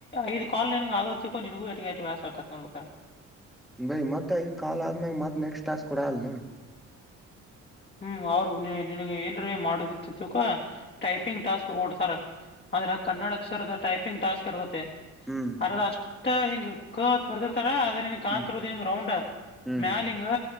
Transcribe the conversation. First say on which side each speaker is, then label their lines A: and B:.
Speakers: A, on the left; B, in the centre.
A: ಐದ ಕಾಲ್ ನಿನ ಅತ್ತಕ್ಕ ನಿನಗೂ ಬ್ಯಾಸ ಕಟ್ ಮಾಡೋಡ್ಬೇಕಾರ
B: ಬೈ ಮತ್ತ ಐದು ಕಾಲ ಆದ್ಮ್ಯಾಗ ಮತ್ ನೆಕ್ಸ್ಟ್ ಟಾಸ್ಕ್ ಕೊಡ್ಲಾನು.
A: ಹ್ಮ್ ಅವ್ರಗ್ ನಿನಗ್ ಏನ್ರೀ ಮಾಡುದಿತ್ತು ತಿಳ್ಕೊ ಟೈಪಿಂಗ್ ಟಾಸ್ಕ್ ಕೋಡ್ತಾರ ಆದ್ರ ಆ ಕನ್ನಡ ಅಕ್ಷರ ಟೈಪಿಂಗ್ ಟಾಸ್ಕ್ ಇರ್ತತೆ
B: ಹ್ಮ್
A: ಅರದ ಅಷ್ಟ ಹೆಂಗ ಕ ಬರ್ದ ಅದನ್ ಕಾಣತಿರುದುಂಗ
B: ಹ್ಮ್
A: ರೌಂಡ್
B: ಹ್ಮ್
A: ಮ್ಯಾಲಿಂಗ